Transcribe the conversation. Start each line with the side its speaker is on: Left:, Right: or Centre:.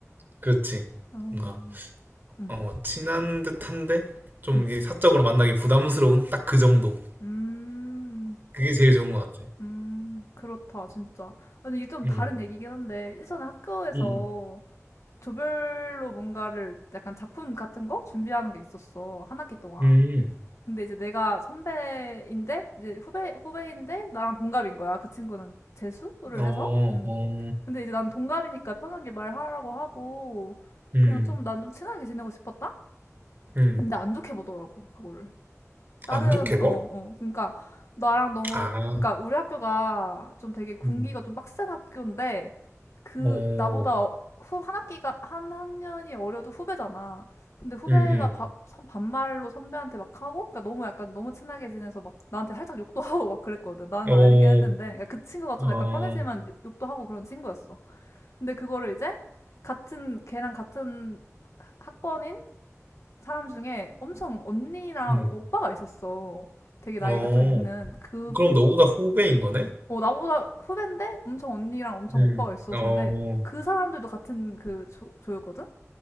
Right: 그렇지.
Left: 어,
Right: 뭔가,
Left: 음.
Right: 어, 친한 듯한데 좀
Left: 음.
Right: 이제 사적으로 만나기 부담스러운 딱 그 정도.
Left: 음.
Right: 그게 제일 좋은 것 같아.
Left: 음. 그렇다, 진짜. 근데 이게 좀
Right: 음.
Left: 다른 얘기긴 한데, 예전에 학교에서
Right: 음.
Left: 조별로 뭔가를 약간 작품 같은 거 준비하는 게 있었어. 한 학기 동안.
Right: 음.
Left: 근데 이제 내가 선배인데, 이제 후배, 후배인데, 나랑 동갑인 거야. 그 친구는 재수를
Right: 음. 어,
Left: 해서. 음.
Right: 어.
Left: 근데 이제 난 동갑이니까 편하게 말하라고 하고,
Right: 음.
Left: 그냥 좀, 난 좀 친하게 지내고 싶었다?
Right: 음.
Left: 근데 안 좋게 보더라고, 그거를. 다른
Right: 안 좋게
Left: 어,
Right: 봐?
Left: 어. 그러니까 나랑 너무
Right: 아.
Left: 그러니까 우리 학교가 좀 되게 군기가
Right: 음.
Left: 좀 빡센 학교인데 그
Right: 어.
Left: 나보다 어- 후, 한 학기가 한 학년이 어려도 후배잖아. 근데 후배가
Right: 음. 음.
Left: 바, 선- 반말로 선배한테 막 하고 그러니까 너무 약간 너무 친하게 지내서 막 나한테 살짝 욕도 <laughs> 하고 막 그랬거든. 나는
Right: 어.
Left: 알긴 했는데 그러니까 그 친구가 좀
Right: 아.
Left: 약간 편해지만 욕- 욕도 하고 그런 친구였어. 근데 그거를 이제 같은 걔랑 같은 학번인 사람 중에 엄청 언니랑
Right: 음.
Left: 오빠가 있었어. 되게 나이가
Right: 어.
Left: 좀 있는 그분,
Right: 그럼 너보다 후배인 거네?
Left: 어, 나보다 후배인데 엄청 언니랑 엄청
Right: 음.
Left: 오빠가 있었는데
Right: 어.
Left: 그 사람들도 같은 그 조, 조였거든?